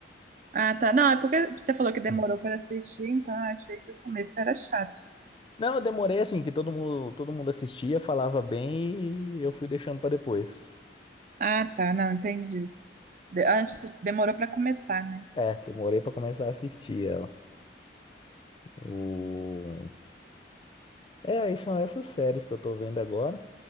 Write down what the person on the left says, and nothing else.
Hum.
Não, eu demorei, assim, que todo mundo, todo mundo assistia, falava bem e eu fui deixando pra depois.
É, demorei pra começar a assistir ela. O... É, aí são essas séries que eu tô vendo agora.